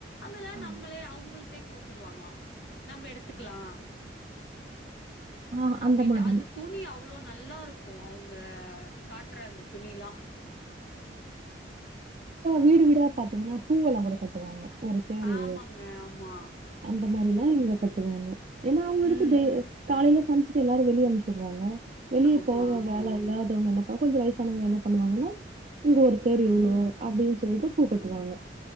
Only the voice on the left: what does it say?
அதெல்லா
நம்மளே அவுங்கள்டே குடுத் த்துருவாங்களா நம்ம எடுத்துக்கலாம்
அப்படின்ட்டு
அது துணி அவ்வளோ நல்லா இருக்கும் அவங்க காட்டுற அந்த துணில்லாம்
ஆமாங்க ஆமா
ம்
ம்
ஆமா
ம்
ம்